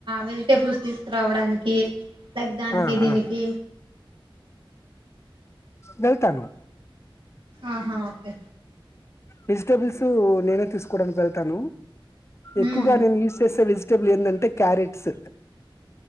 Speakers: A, on the right (about 65°); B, on the left (about 30°).
A: వెజిటేబుల్స్ తీసుకురావడానికి పెద్దనికి
B: ఆ
A: దీనికి
B: ఆ వెళ్తాను
A: ఆహా ఓకే
B: వెజిటబుల్స్ నేనే తీసుకోవడానికి వెళ్తాను ఎక్కువ
A: ఉమ్
B: నేను యూస్ చేసె ఏందంటే క్యారెట్స్